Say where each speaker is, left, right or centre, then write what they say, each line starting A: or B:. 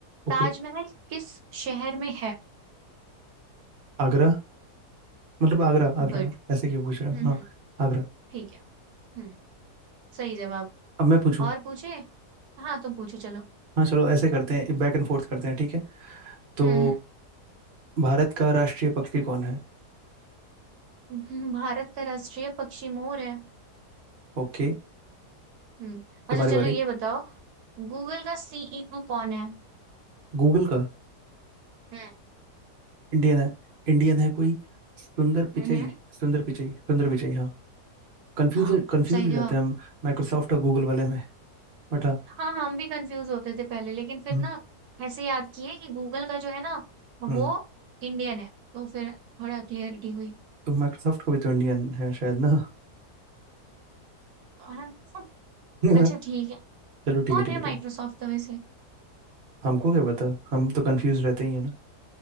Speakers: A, on the right; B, on the right.
A: ओके
B: ताजमहल किस शहर में है
A: आगरा मतलब आगरा आगरा
B: गुड
A: ऐसे क्यों पूछ रहे हो
B: हम्म
A: हाँ
B: हम्म
A: आगरा
B: ठीक है हम्म सही जवाब
A: अब मैं पूछूं
B: और पूछे हाँ तुम पूछो चलो
A: हाँ चलो ऐसे करते हैं बैक एंड फोर्थ करते हैं ठीक है तो
B: हम्म
A: भारत का राष्ट्रीय पक्षी कौन है
B: हम्म, हम्म, भारत का राष्ट्रीय पक्षी मोर है
A: ओके
B: हम्म
A: तुम्हारी
B: अच्छा चलो
A: बारी
B: ये बताओ गूगल का सीईओ कौन है
A: गूगल का
B: हम्म
A: इंडियन है इंडियन है कोई सुंदर पिचई
B: हम्म
A: सुंदर पिचई सुंदर पिचई हाँ कंफ्यूज
B: हाँ
A: कंफ्यूज
B: सही
A: हो जाते
B: जवाब
A: हैं हम माइक्रोसॉफ्ट और गूगल वाले में बट हाँ
B: हाँ हम भी कंफ्यूज होते थे पहले लेकिन फिर
A: हम्म
B: ना ऐसे याद किए कि गूगल का जो है ना
A: हम्म,
B: वो इंडियन है तो फिर थोड़ा क्लियरिटी हुई
A: तो माइक्रोसॉफ्ट का भी तो इंडियन है शायद ना
B: हाँ,
A: <laughs>
B: अच्छा ठीक है
A: चलो ठीक
B: कौन
A: है ठीक
B: है
A: है ठीक
B: माइक्रोसॉफ्ट
A: है
B: तो वैसे
A: हमको क्या पता हम तो कंफ्यूज रहते ही है ना